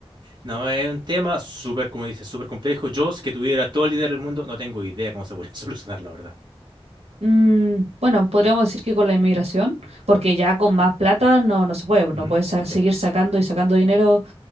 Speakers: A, on the right (about 45°); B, on the right (about 75°).
A: No, es un tema súper, como dices, súper complejo. Yo, si que tuviera todo el dinero del mundo, no tengo idea cómo se podría <laughs> solucionar, la verdad.
B: Mm, bueno, podríamos decir que con la inmigración, porque ya con más plata no, no se puede,
A: Ujú,
B: no puedes sa- seguir
A: Sí,
B: sacando y sacando dinero